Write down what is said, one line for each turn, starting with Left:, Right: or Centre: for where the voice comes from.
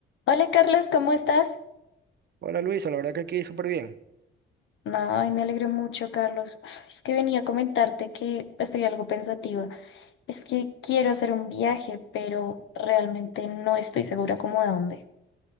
Left: Hola Carlos, ¿cómo estás?
Right: Hola Luisa, la verdad que aquí súper bien.
Left: No, ay, me alegro mucho, Carlos. <sighs> Ay, Es que venía a comentarte que estoy algo pensativa. Es que quiero hacer un viaje, pero realmente no estoy segura como a dónde.